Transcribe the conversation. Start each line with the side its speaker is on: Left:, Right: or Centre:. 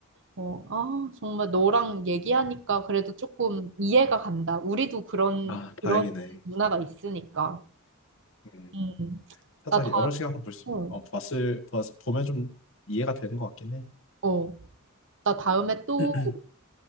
Right: 어, 아, 정말 너랑 얘기하니까 그래도 조금 이해가 간다. 우리도 그런,
Left: 아, 다행이네.
Right: 그런 문화가 있으니까.
Left: 음.
Right: 음,
Left: 살짝
Right: 나 다,
Left: 여러 시각으로 볼 수,
Right: 어,
Left: 어, 봤을, 봤, 보면 좀 이해가 되는 것 같긴 해.
Right: 어. 나 다음에 또
Left: <clears throat>